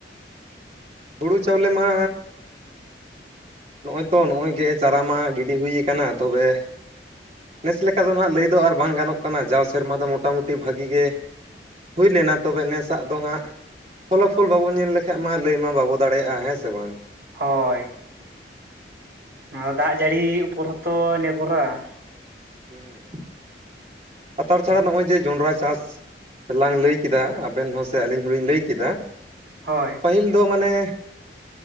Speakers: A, on the right; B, on the right.
A: ᱦᱳᱲᱳ ᱪᱟᱣᱞᱮ ᱢᱟ, ᱱᱚᱜᱼᱚᱭ ᱛᱚ ᱱᱚᱜᱼᱚᱭ ᱜᱮ ᱪᱟᱨᱟ ᱢᱟ ᱜᱤᱰᱤ ᱦᱩᱭ ᱟᱠᱟᱱᱟ ᱛᱚᱵᱮ, ᱱᱮᱥ ᱞᱮᱠᱟ ᱫᱚ ᱱᱷᱟᱜ ᱞᱟᱹᱭ ᱫᱚ ᱟᱨ ᱵᱟᱝ ᱜᱟᱱᱚᱜ ᱠᱟᱱᱟ ᱡᱟᱣ ᱥᱮᱨᱢᱟ ᱫᱚ ᱢᱚᱴᱟᱢᱩᱴᱤ ᱵᱷᱟᱹᱜᱤ ᱜᱮ, ᱦᱩᱭ ᱞᱮᱱᱟ ᱛᱚᱵᱮ ᱱᱮᱥᱟᱜ ᱫᱚ ᱱᱷᱟᱜ, ᱯᱷᱚᱞᱚᱯᱷᱚᱞ ᱵᱟᱵᱚᱱ ᱧᱮᱞ ᱞᱮᱠᱷᱟᱡ ᱢᱟ ᱞᱟᱹᱭ ᱢᱟ ᱵᱟᱵᱚ ᱫᱟᱲᱮᱭᱟᱜᱼᱟ ᱦᱮᱸ ᱥᱮ ᱵᱟᱝ ᱾
B: ᱦᱳᱭᱻ
A: ᱦᱩᱸᱻ
B: ᱱᱚᱣᱟ ᱫᱚ ᱫᱟᱜ ᱡᱟᱹᱲᱤ ᱩᱯᱚᱨ ᱦᱚᱸᱛᱚ ᱱᱤᱨᱵᱷᱚᱨᱟ ᱾
A: ᱦᱩᱸᱻ ᱛᱟᱨ ᱪᱷᱟᱲᱟ ᱱᱚᱜᱼᱚᱭ ᱡᱮ ᱡᱚᱱᱰᱨᱟ ᱪᱟᱥ, ᱞᱟᱝ ᱞᱟᱹᱭ ᱠᱮᱫᱟ ᱟᱵᱮᱱ ᱦᱚᱸ ᱥᱮ ᱟᱹᱞᱤᱧ ᱦᱚᱞᱤᱧ ᱞᱟᱹᱭ ᱠᱮᱫᱟ ᱾
B: ᱦᱳᱭᱻ
A: ᱯᱟᱹᱦᱤᱞ ᱫᱚ ᱢᱟᱱᱮ,